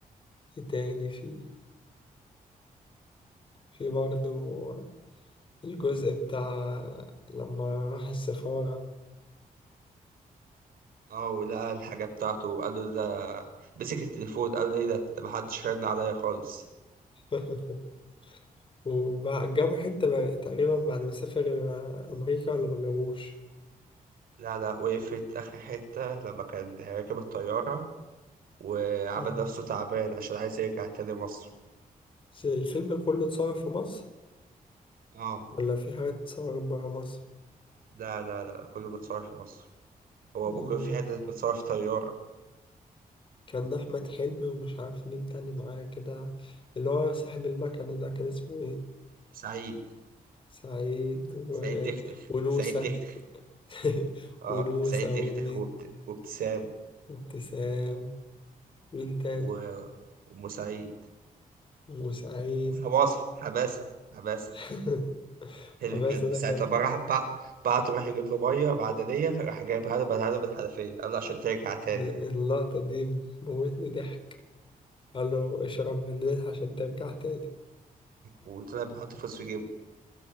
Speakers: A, on the left; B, on the right.
A: إيه تاني في في برضه الجزء بتاع لما راح السفارة
B: اه ولقى الحاجة بتاعته وقال له ده مسك التليفون قال له ايه ده ده محدش رن عليا خالص
A: <laughs> وجابوا حتة بقى- تقريبا بعد ما سافر آه، أمريكا ولا ما جابوش
B: لا لا وقفت آخر حتة لما كان راكب الطيارة وعمل
A: اه
B: نفسه تعبان عشان عايز يرجع تاني مصر
A: بس الفيلم كله اتصور في مصر
B: اه
A: ولا في حاجات اتصورت برا مصر
B: لا لا لا كله متصور في مصر هو
A: مم.
B: بكرة في حتة متصور في طيارة
A: كان أحمد حلمي ومش عارف مين تاني معاه كده اللي هو صاحب المكنة ده كان اسمه ايه
B: سعيد
A: سعيد و...
B: سعيد تختخ
A: ونوسة
B: سعيد تختخ
A: <laughs>
B: اه
A: ونوسة
B: سعيد تختخ
A: ومين
B: وابت... وابتسام
A: وابتسام مين تاني
B: و... وام سعيد
A: وسعيد
B: وحماسه حماسه حماسه
A: <laughs> حماسة
B: اللي كان
A: ده
B: ساعة
A: كان
B: لما راح بع... بعته راح يجيب له ميه معدنيه راح جايب هدبة هدبة حنفيه قال له عشان ترجع تاني
A: اللقطة دي موتني ضحك قال له اشرب من النيل عشان ترجع تاني
B: وطلع بيحط فلوس في جيبه